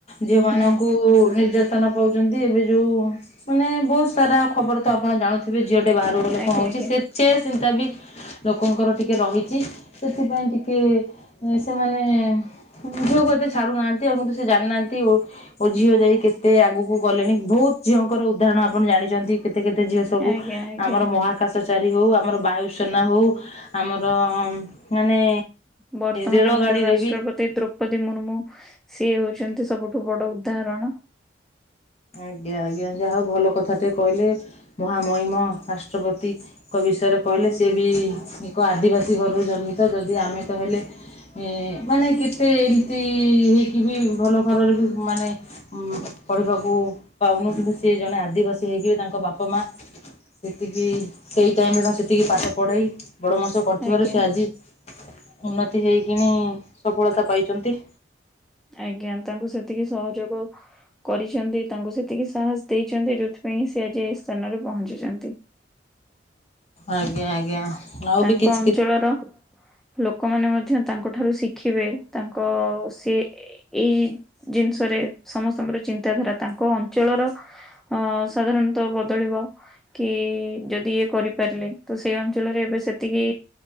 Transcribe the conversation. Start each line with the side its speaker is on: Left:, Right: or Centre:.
Left: ଝିଅ ମାନଙ୍କୁ
Centre: ହୁଁ।
Left: ନିର୍ଯା ତନା ପାଉଛନ୍ତି ଏବେ ଯୋଉ ମାନେ ବହୁତ ସାରା ଖବର ତ ଆପଣ ଜାଣୁଥି ଥୀବେ ଝିଅ ଟେ ବାହାରୁ ଗଲେ
Centre: ଆଜ୍ଞା
Left: କଁ ହଉଛି
Centre: ଆଜ୍ଞା
Left: ସେ ଚେ ସେ ଚିନ୍ତା ବି। ଲୋକଙ୍କର ଟିକେ ରହିଛି ସେଥିପାଇଁ ଟିକେ ସେମାନେ। ଝୁଅ କୁ ଏତେ ଛାଡୁ ନାହାନ୍ତି ଆଉ କିନ୍ତୁ ସେ ଜାଣୁ ନାହାନ୍ତି ଓ ଝିଅ ଯାଇ କେ କେତେ ଆଗକୁ ଗଲେଣି ବହୁତ ଝିଅଙ୍କର ଉଦାହରଣ ଆପଣ ଜାଣିଛନ୍ତି। କେତେ କେତେ ଝିଅ ସବୁ
Centre: ଆଜ୍ଞା ଆଜ୍ଞା
Left: ଆମର ମହାକାଶ। ଚାରୀ ହେଉ ଆମର ବାୟୁସେନା ହେଉ ଆମର ମାନେ।
Centre: ବର୍ତ୍ତମାନ
Left: ରେଳ
Centre: ଆମର
Left: ଗାଡିରେ
Centre: ରାଷ୍ଟ୍ରପତି
Left: ବି
Centre: ଦ୍ରୌପ୍ ଦ୍ରୌପଦୀ ମୁର୍ମୁ ସିଏ ହଉଛନ୍ତି ସବୁଠୁ ବଡ ଉଦାହରଣ।
Left: ଆଜ୍ଞା ଆଜ୍ଞା ଯାହା ହଉ ଭଲ କଥାଟେ କହିଲେ ମହାମହିମ ରାଷ୍ଟ୍ରପତି। ଙ୍କ ବିଷୟରେ କହିଲେ ସିଏ ବି ଏକ ଆଦିବାସୀ ଘରରୁ ଜନ୍ମିତ ଯଦି ଆମେ ତ ହେଲେ। ଏ ମାନେ କେତେ ଏମିତି ହେଇକି ବି ଭଲ ଘର‌ ରେ ବି ମାନେ। ଉଁ ପଢ଼ିବାକୁ ପାଉନୁ ସେ ଜଣେ ଆଦିବାସୀ ହେଇକି ତାଙ୍କ ବାପା ମା। ସେତିକି ସେଇ ଟାଇମ ରେ ତାଙ୍କୁ ସେତିକି ପାଠ ପଢେଇ ବଡ ମଣିଷ କରିଥିବାରୁ
Centre: ଆଜ୍ଞା
Left: ସେ ଆଜି। ଉନ୍ନତି ହେଇକିନି ସଫଳତା ପାଇଛନ୍ତି।
Centre: ଆଜ୍ଞା ତାଙ୍କୁ ସେତିକି ସହଯୋଗ। କରିଛନ୍ତି ତାଙ୍କୁ ସେତିକି ସାହସ ଦେଇଛନ୍ତି ଯୋଉଥିପାଇଁ ସେ ଆଜି ଏ ସ୍ଥାନରେ ପହଞ୍ଚିଛନ୍ତି।
Left: ଆଜ୍ଞା ଆଜ୍ଞା। ଆଉ
Centre: ତାଙ୍କ
Left: ବି କିଛି
Centre: ଅଞ୍ଚଳର। ଲୋକମାନେ ମଧ୍ୟ ତାଙ୍କ ଠାରୁ ଶିଖିବେ ତାଙ୍କ ସେ ଏଇ ଜିନିଷରେ ସମସ୍ତଙ୍କର ଚିନ୍ତାଧାରା ତାଙ୍କ ଅଞ୍ଚଳର। ଅ ସାଧାରଣତଃ ବଦଳିବ। କି ଯଦି ଇଏ କରିପାରିଲେ ତ ସେଇ ଅଞ୍ଚଳରେ ଏବେ ସେତିକି।